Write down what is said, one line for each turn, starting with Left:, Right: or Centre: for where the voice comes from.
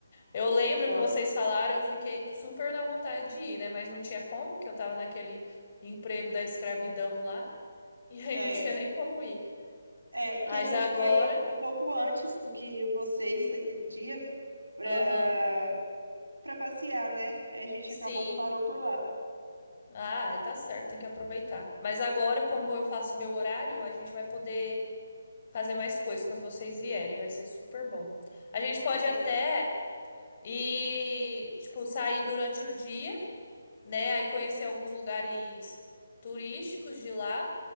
Left: Eu lembro
Right: Vamos.
Left: que vocês falaram, eu fiquei super na vontade de ir, né? Mas não tinha como, que eu tava naquele emprego da escravidão lá, <laughs> e aí
Right: É.
Left: não tinha nem como ir.
Right: é,
Left: Mas
Right: que a gente
Left: agora,
Right: foi um pouco antes do que vocês naquele dia pra,
Left: aham,
Right: pra passear, né? Aí A gente
Left: sim.
Right: acabou que parou por lá.
Left: Ah, tá certo, tem que aproveitar. Mas agora, como eu faço meu horário, a gente vai poder fazer mais coisas quando vocês vierem, vai ser super bom. A gente pode
Right: Vai
Left: até
Right: ser.
Left: ir, tipo, sair durante o dia, né? Aí conhecer alguns lugares turísticos de lá.